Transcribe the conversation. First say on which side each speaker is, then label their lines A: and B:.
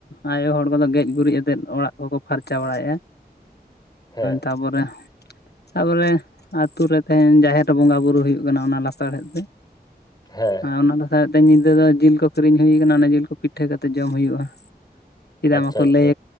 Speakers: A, on the left; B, on the left.
A: ᱟᱭᱳ ᱦᱚᱲ ᱠᱚᱫᱚ ᱜᱮᱡ ᱜᱩᱨᱤᱡ ᱟᱛᱮ ᱚᱲᱟᱜ ᱠᱚᱠᱚ ᱯᱷᱟ ᱯᱷᱟᱨᱪᱟ ᱵᱟᱲᱟᱭᱮᱫᱼᱟ᱾
B: ᱦᱮᱸ
A: ᱛᱟᱯᱚᱨᱮ ᱛᱟᱯᱚᱨᱮ ᱟᱹᱛᱩ ᱨᱮ ᱛᱟᱦᱮᱱ ᱡᱟᱦᱮᱨ ᱵᱚᱸᱜᱟ ᱵᱩᱨᱩ ᱦᱩᱭᱩᱜ ᱠᱟᱱᱟ ᱚᱱᱟ ᱞᱟᱥᱟᱲᱦᱮᱫ ᱛᱮ
B: ᱦᱮᱸ
A: ᱟᱨ ᱚᱱᱟ ᱫᱚ ᱧᱤᱫᱟᱹ ᱫᱚ ᱡᱤᱞ ᱠᱚ ᱠᱤᱨᱤᱧ ᱦᱩᱭᱩ ᱠᱟᱱᱟ ᱚᱱᱟ ᱡᱤᱞ ᱠᱚ ᱯᱤᱴᱷᱟᱹ ᱠᱟᱛᱮᱫ ᱡᱚᱢ ᱦᱩᱭᱩᱜᱼᱟ᱾ ᱪᱮᱫᱟᱜ
B: ᱟᱪᱪᱷᱟ
A: ᱢᱟᱠᱚ
B: ᱟᱪᱪᱷᱟ
A: ᱞᱟᱹᱭ